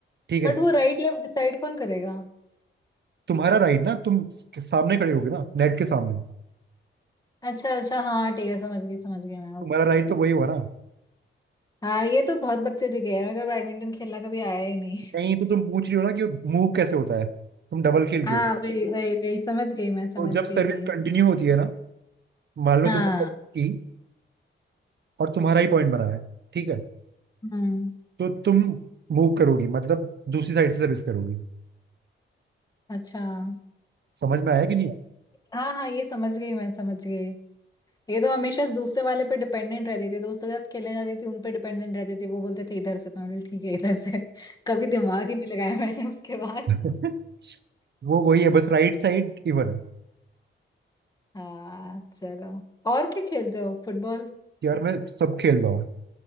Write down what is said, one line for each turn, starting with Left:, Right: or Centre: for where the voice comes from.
Right: ठीक है
Left: बट वो राइट लेफ्ट डिसाइड कौन करेगा
Right: तुम्हारा राइट ना तुम सामने खड़े होगे ना नेट के सामने
Left: अच्छा अच्छा हाँ ठीक है समझ गई समझ गई मैं
Right: तुम्हारा
Left: ओके
Right: राइट तो वही हुआ ना
Left: हाँ ये तो बहुत बच्चे दिखे हैं मगर बैडमिंटन खेलना कभी आया ही नहीं
Right: नहीं तो तुम पूछ रही हो ना कि मूव कैसे होता है तुम डबल खेल
Left: हाँ
Right: रहे हो
Left: वही वही वही समझ गई मैं समझ
Right: तो जब सर्विस
Left: गई अभी
Right: कंटिन्यू होती है ना मान लो
Left: हाँ
Right: तुमने service की और तुम्हारा ही पॉइंट बना है ठीक है
Left: हम्म
Right: तो तुम मूव करोगी मतलब दूसरी साइड से सर्विस करोगी
Left: अच्छा हाँ
Right: समझ में आया कि नहीं
Left: हाँ हाँ ये समझ गई मैं समझ गई ये तो हमेशा दूसरे वाले पे डिपेंडेंट रहती थी दोस्तों के साथ खेलने जाती थी उन पे डिपेंडेंट रहती थी वो बोलते थे इधर से तो मैं बोली, ठीक है इधर से <laughs> कभी दिमाग ही नहीं लगाया मैंने उसके बाद
Right: आया? <laughs> वो वही है बस राइट साइड इवन
Left: हाँ चलो और क्या खेलते हो फुटबॉल
Right: यार मैं सब खेल रहा हूँ